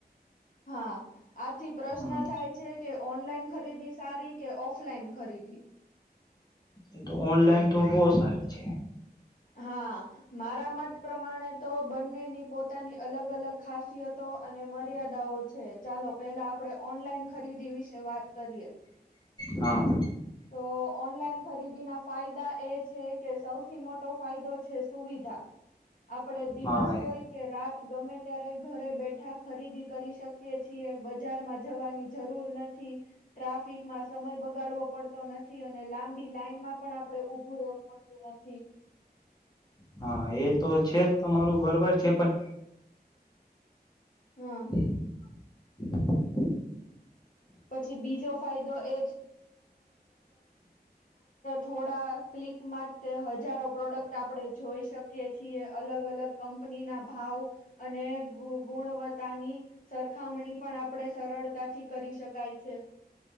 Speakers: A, on the left; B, on the left.
A: હા આથી પ્રશ્ન
B: હમ
A: થાય છે કે ઓનલાઈન ખરીદી સારી કે ઓફલાઈન ખરીદી.
B: એ તો ઓનલાઈન તો બો સારી છે.
A: હા. મારા મત પ્રમાણે તો બંનેની પોતાની અલગ અલગ ખાસિયતો અને મર્યાદાઓ છે. છે ચાલો પહેલા આપડે ઓનલાઈન ખરીદી વિશે વાત કરીએ.
B: હા.
A: તો ઓનલાઈન ખરીદી ના ફાયદા એ છે કે સૌથી મોટો ફાયદો છે સુવિધા આપડે દિવસ
B: હા
A: હોય કે રાત ગમે ત્યારે ઘરે બેઠા ખરીદી કરી શકીએ છીએ બજાર માં જવાની જરૂર નથી ટ્રાફિકમાં સમય બગાડવો પડ તો નથી અને લાંબી લાઈન માં પણ આપડે ઉભું રહેવું પડતું નથી.
B: હા એ તો છે જ તમારું બરોબર છે પણ
A: હા
B: <inaudible>
A: પછી બીજો ફાયદો એ થોડા ક્લિકમાં જ તે હજારો પ્રોડક્ટ આપણે જોઈ શક કે છીએ અલગ અલગ કંપની ના ભાવ અને ગુણ ગુણવત્તાની સરખામણી પણ આપણે સરળતાથી કરી શક કાય છે.